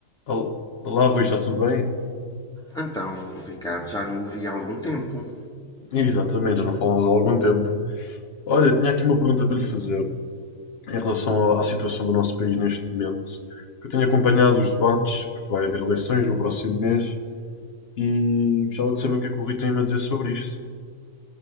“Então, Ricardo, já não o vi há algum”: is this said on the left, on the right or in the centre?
Centre